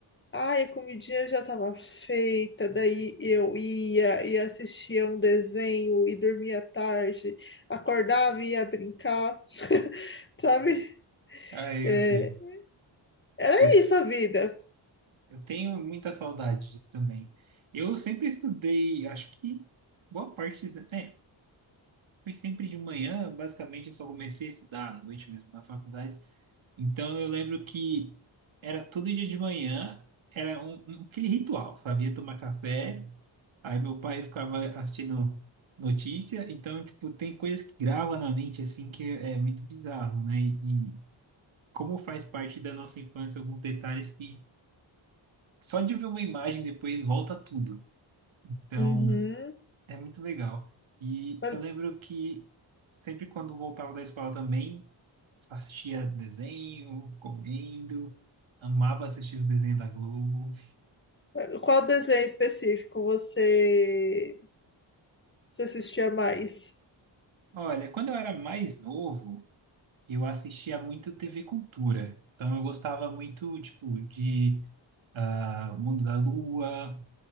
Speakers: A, on the left; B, on the right.
A: ai, a comidinha já estava feita, daí eu ia e assistia um desenho e dormia tarde, acordava e ia brincar, <laughs> sabe?
B: Ai,
A: É,
B: eu sei.
A: Era
B: Eu
A: isso a vida.
B: Eu tenho muita saudade disso também. Eu sempre estudei, acho que boa parte da, é, foi sempre de manhã, basicamente eu só comecei a estudar à noite mesmo na faculdade. Então eu lembro que era todo dia de manhã, era um, um- aquele ritual, sabia? Tomar café, aí meu pai ficava assistindo notícia, então tipo tem coisas que grava na mente assim que é muito bizarro, né? E, e como faz parte da nossa infância alguns detalhes que Só de ver uma imagem depois volta tudo. Então,
A: Uhum.
B: é muito legal. E
A: Mas-
B: eu lembro que sempre quando voltava da escola também, assistia desenho, comendo, amava assistir os desenhos da Globo.
A: mas Qual desenho específico você, você assistia mais?
B: Olha, quando eu era mais novo, eu assistia muito TV Cultura. Então eu gostava muito, tipo, de ah, Mundo da Lua,